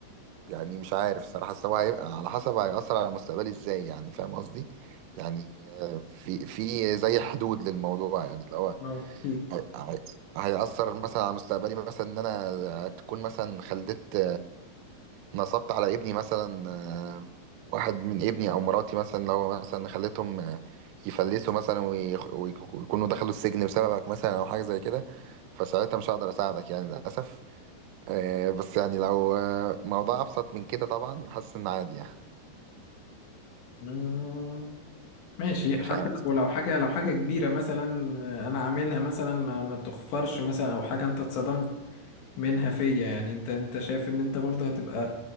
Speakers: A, on the right (about 85°); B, on the left (about 65°).
A: يعني مش عارف الصراحة بس هو هيبقى على حسب هيأثر على مستقبلي ازاي يعني فاهم قصدي؟ يعني آه، في في زي حدود للموضوع يعني اللي هو
B: اه اكيد
A: هي- هي- هيأثر مثلا على مستقبلي مثلا ان انا تكون مثلا خلفت نصبت على ابني مثلا آه، واحد من ابني او مراتي مثلا لو مثلا خليتهم آه، يفلسوا مثلا ويخ- ويك- ويكونوا دخلوا السجن بسببك مثلا او حاجه زي كده فساعتها مش هقدر اساعدك يعني للاسف آه، بس يعني لو آه، موضوع ابسط من كده طبعا حاسس ان عادي يعني
B: مم. ماشي حتى
A: مش عارف
B: لو لو حاجة لو حاجة كبيرة مثلا أنا عاملها مثلا ما, ما تخفرش مثلا أو حاجة أنت اتصدمت منها فيا يعني أنت أنت شايف إن أنت برضه هتبقى